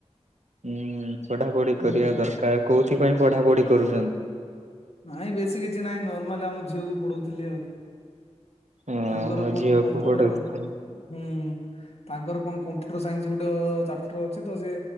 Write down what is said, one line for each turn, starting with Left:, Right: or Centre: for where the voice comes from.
Right: ହୁଁ, ପଢ଼ାପଢ଼ି
Left: ହୁଁ।
Right: କରିବା ଦରକାର। କଉଥିପାଇଁ ପଢ଼ାପଢ଼ି କରୁଛନ୍ତି?
Left: ନାଇଁ ବେଶୀ କିଛି ନାହିଁ। ନର୍ମାଲ ଆମ ଝିଅକୁ ପଢ଼ଉଥିଲି ଆଉ।
Right: ଓହୋ
Left: ତାଙ୍କର କଣ
Right: ଝିଅକୁ
Left: କମ୍ପୁଟର୍
Right: ପଢଉଥିଲେ
Left: ହୁଁ, ତାଙ୍କର କଣ କମ୍ପୁଟର୍ ସାଇନ୍ସ ଗୋଟେ ଚାପ୍ଟର ଅଛି, ତ ସେ